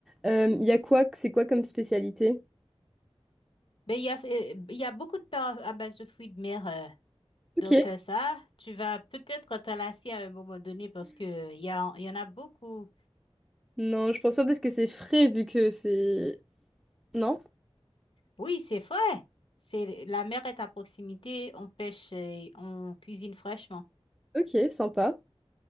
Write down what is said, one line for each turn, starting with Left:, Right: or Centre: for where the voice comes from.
Centre: Euh, Il y a quoi, c'est quoi comme spécialité?
Left: Mais il y a, euh, il y a beaucoup de plats à base de fruits de mer. euh.
Centre: Ok.
Left: Donc euh, ça, tu vas peut-être te lasser à un moment donné parce que euh, il y a, il y en a beaucoup
Centre: Non, je pense pas parce que c'est frais vu que c'est... Non?
Left: Oui, c'est vrai. C'est, la mer est à proximité, on pêche et on cuisine fraîchement.
Centre: Ok, sympa.